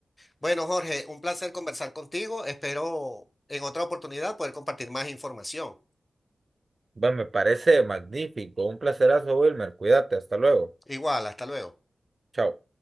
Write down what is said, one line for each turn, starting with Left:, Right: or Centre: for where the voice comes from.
Left: Bueno, Jorge, un placer conversar contigo. Espero en otra oportunidad poder compartir más información.
Right: Bueno, me parece magnífico. Un placerazo, Wilmer. Cuídate, hasta luego.
Left: Igual, hasta luego.
Right: Chao.